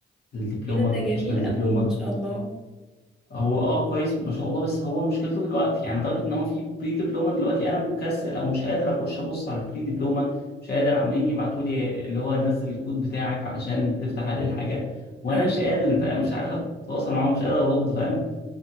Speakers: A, on the left; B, in the centre.
A: الدبلومه
B: ايه ده ده
A: البروفيشنال
B: جميل قوي
A: دبلومه
B: ما شاء الله
A: هو اه كويس ما شاء الله بس هو مشكلته في الوقت يعني لدرجه ان هو في بري دبلومه دلوقتي انا مكسل او مش قادر اخش ابص على البري دبلومه مش قادر عمالين يبعتوا لي اللي هو نزل الكود بتاعك علشان تفتح عليه الحاجه وانا
B: اه
A: مش قادر فاهم مش عارف اتواصل معاهم مش قادر ارد فاهم